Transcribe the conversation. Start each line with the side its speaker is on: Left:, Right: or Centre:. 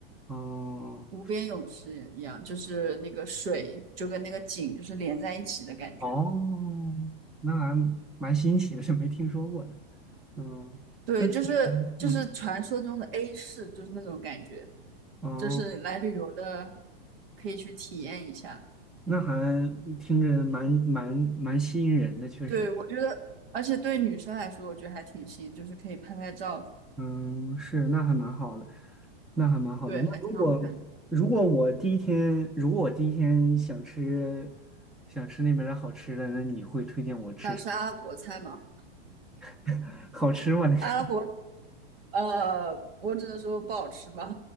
Centre: 哦。
Right: 无边泳池一样，就是那个水就跟那个景就是连在一起的感觉。
Centre: 哦，那还蛮新奇的，是没听说过的。嗯，
Right: 对，
Centre: 那
Right: 就是就是传说中的
Centre: 嗯，
Right: A 市，就是那种感觉，
Centre: 哦，
Right: 就是来旅游的可以去体验一下。
Centre: 那还听着蛮蛮蛮吸引人的，确实。
Right: 对，我觉得，而且对女生来说，我觉得还挺新，就是可以拍拍照什么的
Centre: 嗯，是，那还蛮好的，那还蛮好的。
Right: 对，
Centre: 那如果如果我第一天，
Right: 还挺好看的。
Centre: 如果我第一天想吃想吃那边的好吃的，那你会推荐我吃什么
Right: 吃阿拉伯菜吗？
Centre: <laughs> 好吃吗？那个，
Right: 阿拉伯，呃，我只能说不好吃吧，